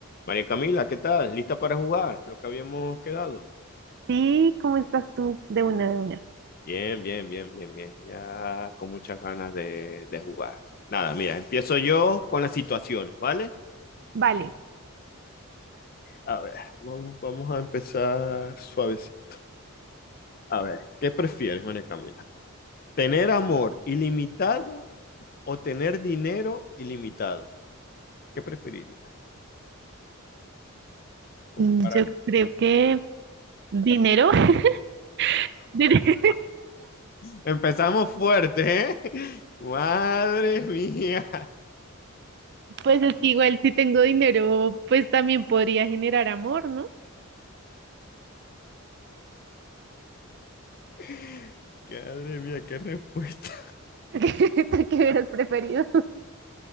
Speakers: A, on the left; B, on the right.
A: María Camila, ¿qué tal? ¿Lista para jugar? Lo que habíamos quedado.
B: Sí, ¿cómo estás tú? De una, de una.
A: Bien, bien, bien, bien, bien. Ya con muchas ganas de, de jugar. Nada, mira, empiezo yo con las situaciones, ¿vale?
B: Vale.
A: A ver, vamos, vamos a empezar suavecito. A ver, ¿qué prefieres, María Camila? ¿Tener amor ilimitado o tener dinero ilimitado? ¿Qué preferirías? Un poco
B: Mm,
A: para
B: Yo
A: acá.
B: creo que dinero, <laughs> Dire-
A: Empezamos fuerte, ¿eh? <laughs> Madre mía.
B: <laughs> pues es que igual si tengo dinero, pues también podría generar amor, ¿no?
A: <laughs> Madre mía, qué respuesta.
B: <laughs> <laughs> ¿Qué qué hubieras preferido?